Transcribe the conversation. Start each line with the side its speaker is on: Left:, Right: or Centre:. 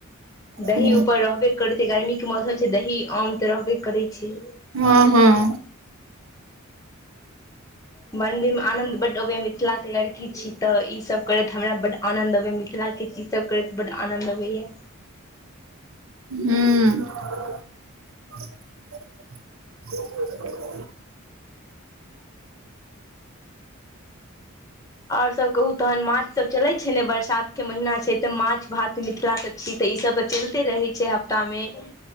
Left: दही
Right: हँ
Left: उपर रहबे करै गर्मीे के मौसम छैं दही आम त रहबे करै छैय।
Right: हॅं हॅं।
Left: मंन्दिर में आनंद बड अबैया मिथिला के लड़की छी त ई सभ करैत हमरा बड आनंद अबैया मिथिला के। ई सभ करैत बड आनन्द अबैया।
Right: हम्म <unintelligible> <unintelligible>
Left: और सब कहू तहन माछ सब चले छैय ने बरसात के महीना छैं त माछ भात मिथिला के छी त ई सभ त चलिते रहैय छैय हफ्ता में।